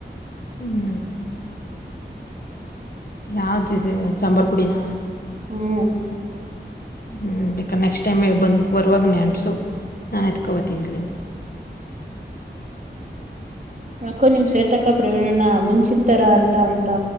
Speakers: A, on the left; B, on the right.
A: ಹ್ಮ್ ಯಾವ್ದಿದು ಸಾಂಬಾರ್ ಪುಡಿ ನ
B: ಹ್ಮ್
A: ಹ್ಮ್ ಬೇಕ್ ನೆಕ್ಸ್ಟ್ ಟೈಮ್ ಬಂ ಬರ್ವಾಗ ನೆಪ್ಸ ನಾಎತ್ಕೊಬತ್ತೀನಿ ಇಲ್ಲಿಂ
B: ಯಾಕೋ ನಿಮ್ ಶೇತಕ ಪ್ರವೀನಣ್ಣ ಮುಂಚಿಂತರ ಅಂತ ಅಂತ